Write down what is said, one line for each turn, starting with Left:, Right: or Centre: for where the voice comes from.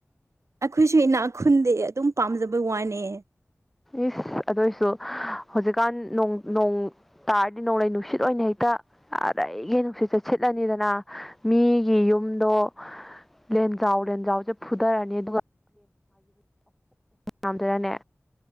Right: ꯑꯩꯈꯣꯏꯁꯨ ꯏꯅꯥꯛ ꯈꯨꯟꯗꯤ ꯑꯗꯨꯝ ꯄꯥꯝꯖꯕꯩ ꯋꯥꯅꯦ
Centre: ꯏꯁ ꯑꯗꯨꯏꯁꯨ ꯍꯧꯖꯤꯛꯀꯥꯟ ꯅꯣꯡ ꯇꯥꯔꯗꯤ ꯅꯣꯡꯂꯩ ꯅꯨꯡꯁꯤꯠ ꯑꯣꯏꯅ ꯍꯦꯛꯇ ꯑꯔꯩꯒꯤ ꯅꯨꯡꯁꯤꯠꯁꯦ ꯁꯤꯠꯂꯅꯤꯗꯅ ꯃꯤꯒꯤ ꯌꯨꯝꯗꯣ ꯂꯦꯟꯖꯥꯎ ꯂꯦꯟꯖꯥꯎꯁꯦ ꯐꯨꯊꯔꯅꯤ ꯑꯗꯨꯒ ꯃꯗꯨꯅꯅꯦ